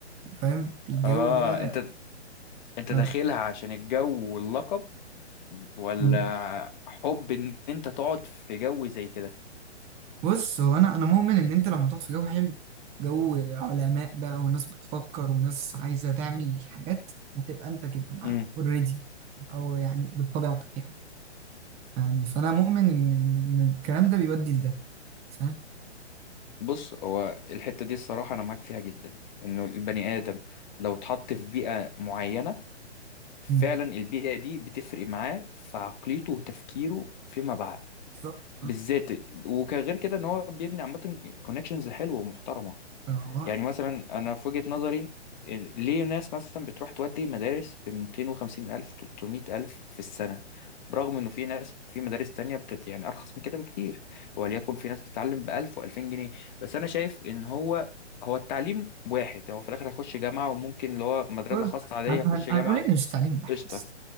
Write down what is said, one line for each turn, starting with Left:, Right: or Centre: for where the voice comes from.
Right: فاهم الجو
Left: اه
Right: ده
Left: انت انت
Right: آه.
Left: داخلها عشان الجو واللقب ولا
Right: مم.
Left: حب ان انت تقعد في جو زي كده
Right: بص هو انا انا مؤمن ان انت لما تقعد في جو حلو جو علماء بقى وناس بتفكر وناس عايزه تعمل حاجات هتبقى انت كده معاهم
Left: امم
Right: اوريدي او يعني بطبيعتك يعني يعني فانا مؤمن ان ان إن الكلام ده بيودي لده فاهم
Left: بص هو الحتة دي الصراحة انا معاك فيها جدا انه البني ادم لو اتحط في بيئة معينة فعلا
Right: مم.
Left: البيئة دي بتفرق معاه في عقليته وتفكيره فيما بعد
Right: بالظبط اه
Left: بالذات وكغير كده ان هو بيبني عامة كونكشنز حلوة ومحترمة
Right: آه.
Left: يعني مثلا انا في وجهة نظري ليه ناس مثلا بتروح تودي مدارس ب 250 ألف 300 ألف في السنة برغم انه في ناس في مدارس تانية بتت يعني ارخص من كده بكتير وليكن في ناس بتتعلم ب 1000 و2000 جنيه بس انا شايف ان هو هو التعليم واحد هو في الاخر هيخش جامعة وممكن اللي هو مدرسة
Right: بص
Left: خاصة عادية
Right: هن-
Left: يخش
Right: هن-
Left: جامعة
Right: هنقول ان مش تعليم واحد
Left: قشطة
Right: الصراحة.